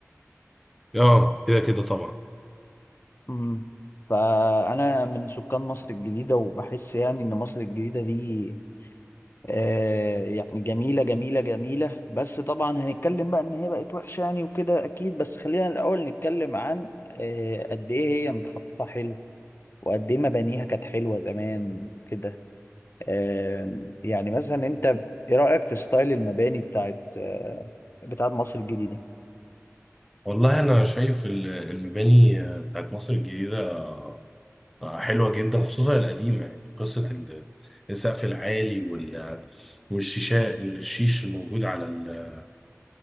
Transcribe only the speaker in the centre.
اه كده كده طبعا
والله انا شايف ال- المباني بتاعت مصر الجديده آه، حلوة جدا خصوصا القديمة يعني قصة ال- السقف العالي وال- والشيشة الشيش الموجود على ال-